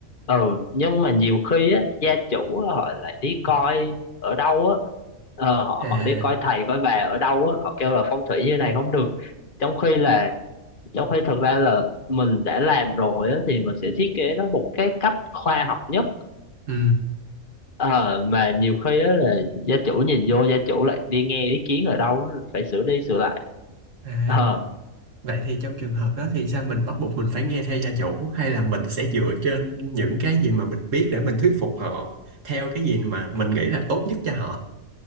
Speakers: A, on the left; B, on the right.
A: ừ nhưng mà nhiều khi á gia chủ á, họ lại đi coi ở đâu á ờ, họ
B: à
A: họ đi coi thầy coi bà ở đâu á họ kêu là phong thủy như này không được trong khi là trong khi thực ra là mình đã làm rồi á thì mình sẽ thiết kế nó một cái cách khoa học nhất
B: ừ
A: Ờ, mà nhiều khi á là gia chủ nhìn vô gia chủ lại đi nghe ý kiến ở đâu á, phải sửa đi sửa lại
B: à
A: Ờ,
B: vậy thì trong trường hợp đó thì sao mình bắt buộc mình phải nghe theo gia chủ hay là mình sẽ dựa trên những cái gì mà mình biết để mình thuyết phục họ theo cái gì mà mình nghĩ là tốt nhất cho họ